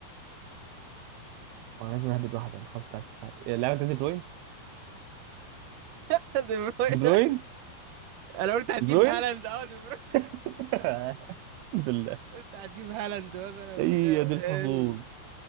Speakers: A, on the right; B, on the right.
A: وانا لازم اهبد واحده انت خلاص تعرف بتاعتي إيه، اللعيب ده دي بروين
B: <laughs> دي بروين
A: دي بروين
B: انا قلت هتجيب
A: دي بروين
B: هالاند اه دي بروين
A: <laughs> الحمد لله
B: <laughs> قلت هتجيب هالاند مثلا
A: هي
B: بتاع
A: دي
B: ايه
A: الحظوظ